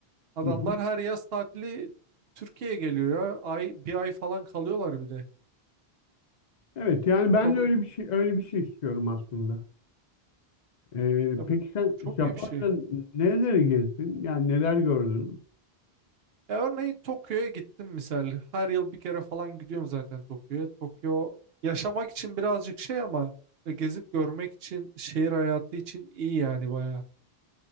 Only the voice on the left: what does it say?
Hı hı.
Evet yani ben
de öyle bir şey öyle bir şey istiyorum aslında. Ee,
peki sen
Japonya'da
nereleri gezdin? Yani neler gördün?